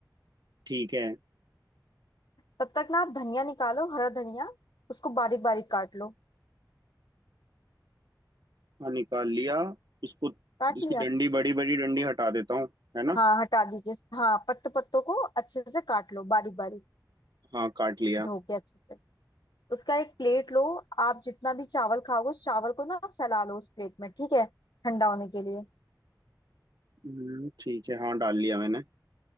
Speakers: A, on the right; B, on the left.
A: ठीक है
B: तब तक ना आप धनिया निकालो हरा धनिया उसको बारीक बारीक काट लो
A: हाँ निकाल लिया इसको
B: काट
A: इसकी
B: लिया
A: डंडी बड़ी बड़ी डंडी हटा देता हूँ है ना
B: हाँ हटा दीजिए हाँ पत्ते पत्तों को अच्छे से काट लो बारीक बारीक
A: हाँ काट लिया
B: धो के अच्छे से उसका एक प्लेट लो आप जितना भी चावल खाओगे उस चावल को ना फैला लो उस प्लेट में ठीक है ठंडा होने के लिए
A: हम्म ठीक है हाँ डाल लिया मैंने